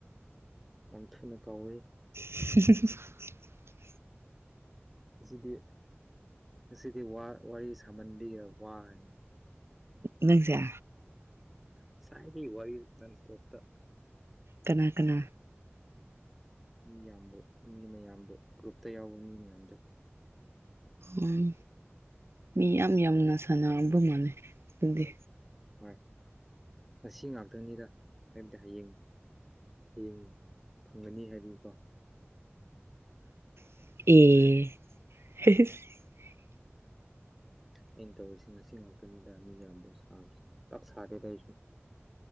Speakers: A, in the centre; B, on the right.
A: ꯌꯥꯝ ꯊꯨꯅ ꯀꯥꯎꯋꯦ
B: <unintelligible>
A: ꯉꯁꯤꯗꯤ ꯉꯁꯤꯗꯤ ꯋꯥꯔꯤ ꯁꯥꯃꯟꯕꯩꯒꯤꯔ ꯋꯥꯔꯅꯤ
B: ꯅꯪꯖꯦ
A: ꯉꯁꯥꯏꯗꯤ ꯋꯥꯔꯤ ꯅꯟ ꯁꯇꯣꯞꯇ
B: ꯀꯅꯥ ꯀꯅꯥ
A: ꯃꯤ ꯌꯥꯝꯕꯨ ꯃꯤ ꯃꯌꯥꯝꯕꯨ ꯒ꯭ꯔꯨꯞꯇ ꯌꯥꯎꯕ ꯃꯤ ꯃꯌꯥꯝꯗ
B: ꯑꯣ ꯃꯤ ꯌꯥꯝ ꯌꯥꯝꯅ ꯁꯥꯟꯅꯔꯕ ꯃꯥꯜꯂꯦ ꯅꯪꯗꯤ
A: ꯍꯣꯏ ꯉꯁꯤ ꯉꯥꯛꯇꯪꯅꯤꯗ ꯍꯥꯏꯕꯗꯤ ꯍꯌꯦꯡ ꯍꯌꯦꯡ ꯐꯪꯒꯅꯤ ꯍꯥꯏꯕꯒꯤꯀꯣ
B: ꯑꯦ
A: ꯑꯩꯅ ꯇꯧꯔꯤꯁꯤ ꯉꯁꯤ ꯉꯥꯛꯇꯅꯤꯗ ꯃꯤ ꯌꯥꯝꯕꯨ ꯁꯥꯕ ꯄꯥꯛ ꯁꯥꯗꯦꯗ ꯑꯩꯁꯨ <inaudible>